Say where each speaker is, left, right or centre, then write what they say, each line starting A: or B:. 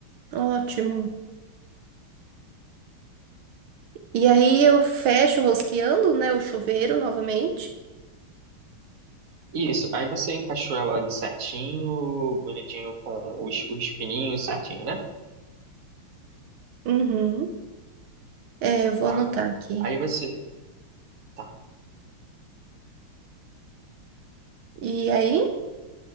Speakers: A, on the right (about 75°); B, on the right (about 40°).
A: Ótimo. E aí eu fecho rosqueando, né, o chuveiro novamente.
B: Isso, aí você encaixou ela ali certinho, bonitinho com os, os pininhos certinho, né?
A: Uhum. É, eu vou
B: Tá.
A: anotar aqui.
B: Aí você. Tá,
A: E aí,